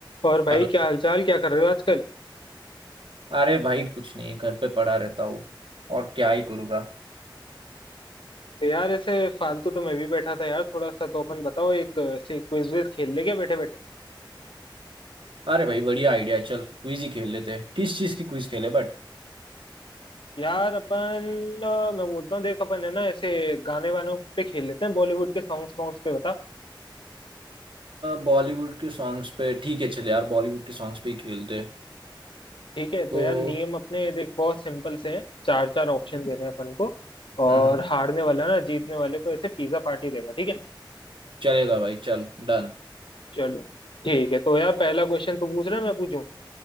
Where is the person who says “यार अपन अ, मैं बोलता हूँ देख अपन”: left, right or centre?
Left